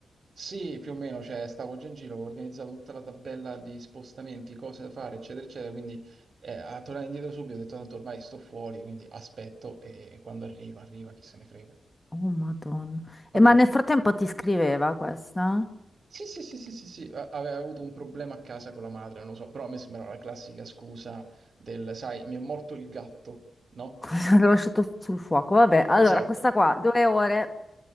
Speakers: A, on the right; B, on the left.
A: Sì, più o meno, cioè stavo già in giro, avevo organizzato tutta la tabella di spostamenti, cose da fare, eccetera, eccetera, quindi eh, a tornare indietro subito ho detto tanto ormai sto fuori, quindi aspetto e e quando arriva, arriva, chi se ne frega.
B: Oh, Madonna.
A: Ok,
B: E ma nel frattempo ti scriveva questa?
A: sì, sì, sì, sì, sì, sì, a- aveva avuto un problema a casa con la madre, non lo so, però a me sembrava la classica scusa del, sai, mi è morto il gatto, no?
B: Cosa l'ho lasciato sul fuoco? Vabbè, allora,
A: Esatto,
B: questa qua, due ore,